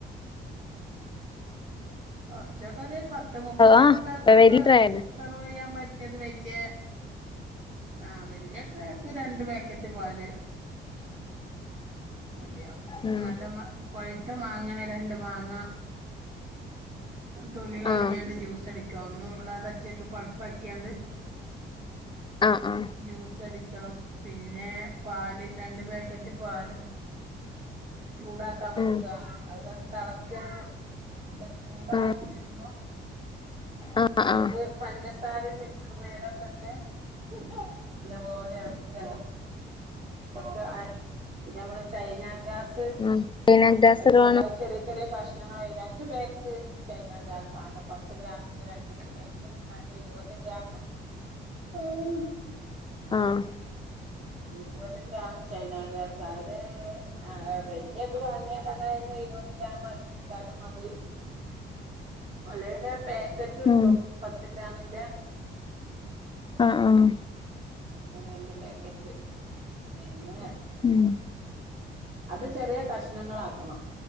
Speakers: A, on the right (about 40°); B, on the left (about 25°).
A: കുറച്ചൊക്കെ അത് പത്ത് മുപ്പത് ആൾക്കാർക്കൊക്കെ
B: ആ വലിയ ട്രേയാണ്
A: സെർവ് ചെയ്യാൻ പറ്റിയത് വല്യാ ആ വല്യ ട്രാക്ക് രണ്ട് പാക്കറ്റ് പാല് മതയാവും
B: ഉം
A: നല്ല മാ പഴുത്തം വാങ്ങണേ രണ്ട് മാങ്ങ തൊലി കളിഞ്ഞാണ്ട്
B: ആ
A: ജ്യൂസ്ടക്കാ ഒന്നും കൂടാതെ അച്ചൊക്കെ പളുപ്പക്കിയാണ്ട്
B: ആ ആ
A: ജ്യൂസ് അടിക്കണം പിന്നെ പാല് രണ്ട് പാക്കറ്റ് പാല് ചൂടാക്കാൻ വെക്കുക
B: ഉം
A: അഹ് തിളക്ക എല്ലാ ചൂടാവും
B: ആ
A: എമ്പോ
B: ആ
A: അത്
B: ആ
A: പഞ്ചസാരയും മിൽക്ക് മേഡ ഒക്കെ ഇട്ട് നല്ലപോലെക്ക <unintelligible> പിന്ന നമ്മുടെ ചൈന ഗ്രാസ്
B: ഉം പിന്നെ ഗ്ലാസ്
A: എടുക്കുമ്പോ
B: എത്ര വേണം
A: ചെറിയ ചെറിയ കഷ്ണങ്ങളായി രണ്ട് ബാക്ക് ചൈന ഗ്രാസ് ആഹ് കേട്ടോ പത്ത് ഗ്രാമിന്റെ രണ്ടീച്ച ഞ ഇരുപത് ഗ്രാം <inaudible>
B: ആഹ്
A: ഇരുപത് ഗ്രാം ചൈന ഗ്രാസ് അത് ആഹ് വലിയത് വാങ്ങിയണ്ട് അങ്ങനെ ഇരുപത് ഗ്രാം ആക്കി വിട്ടാലും മതി അല്ലെ പാക്കറ്റ് കിട്ടും
B: ഉം
A: പത്ത് ഗ്രാമിന്റെ
B: ആഹ് ആഹ്
A: രണ്ട് പാക്കറ്റ് എന്നെ
B: ഉം
A: അത് ചെറിയ കഷ്ണങ്ങളാക്കണം